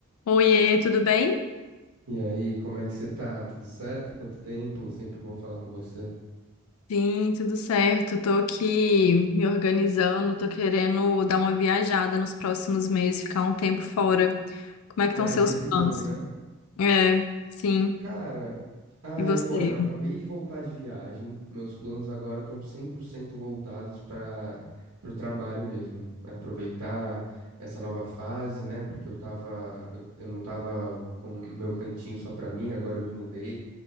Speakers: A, on the left; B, on the right.
A: Oiê, tudo bem?
B: E aí, como é que você tá? Tudo certo? Quanto tempo? Sempre bom falar com você.
A: Sim, tudo certo. Tô aqui me organizando, tô querendo dar uma viajada nos próximos meses, ficar um tempo fora. Como é que
B: Ah,
A: estão seus
B: é sempre
A: planos?
B: bom, né?
A: É, sim.
B: Cara, ah,
A: E você?
B: eu, olha, eu acabei de voltar de viagem. Meus planos agora estão 100% voltados para o trabalho mesmo. Aproveitar essa nova fase, né? Porque eu tava, eu, eu não tava com o meu cantinho só para mim, agora eu me mudei.